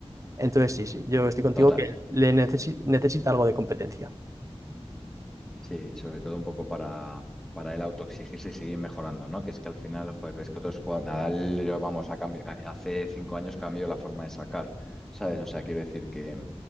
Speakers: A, on the right; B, in the centre.
A: Entonces, sí, sí, yo estoy contigo
B: Total.
A: que le necesi- necesita algo de competencia.
B: Sí, sobre todo un poco para, para él autoexigirse y seguir mejorando, ¿no? Que es que al final, joder, ves que otros jugadores, Nadal, yo, vamos, a cambio, hace cinco años cambió la forma de sacar, ¿sabes? O sea, quiero decir que,